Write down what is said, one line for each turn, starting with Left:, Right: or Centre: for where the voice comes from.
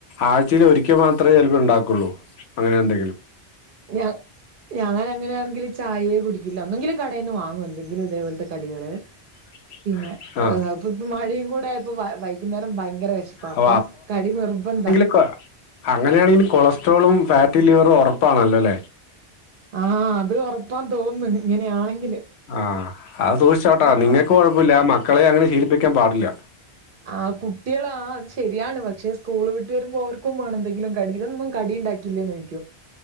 Left: ആഴ്ചയിലൊരിക്കെ മാത്രേ ചിലപ്പ ണ്ടാക്കുള്ളൂ അങ്ങനെന്തെങ്കിലും
Right: ഞാ ഞാനങ്ങനാണെങ്കിൽ ചായയെ കുടിക്കില്ല ഒന്നെങ്കില് കടയിന്ന് വാങ്ങും എന്തെങ്കിലും ഇതേപോലത്തെ കടികള്
Left: <inaudible>
Right: പിന്നെ
Left: ആ
Right: അപ്പൊ ഇപ്പ മഴയും കൂടെയപ്പൊ ഭയ അന്നരം ഭയങ്കര വിശപ്പാ അപ്പൊ
Left: ഓ
Right: കടി നിർബന്ധ
Left: <unintelligible> അങ്ങനെയാണെങ്കില് കൊളസ്ട്രോളും ഫാറ്റി ലിവറും ഉറപ്പാണല്ലോല്ലേ
Right: ആ അത് ഉറപ്പാന്ന് തോന്നന്ന് ഇങ്ങനെയാണെങ്കില്
Left: ആ അത് സൂക്ഷിച്ചോട്ടാ
Right: ആഹ്
Left: നിങ്ങക്ക് കൊഴപ്പില്ല മക്കളെങ്ങനെ ശീലിപ്പിക്കാൻ പാടില്ല.
Right: ആ കുട്യള് ആഅതുശെരിയാണ് പക്ഷെ സ്കൂള് വിട്ട് വരുമ്പോ ഓർക്കും വേണം എന്തെങ്കിലും കടി തൊന്നും കടിയ ഉണ്ടാക്കി ല്ലേന്ന് ചോദിക്കും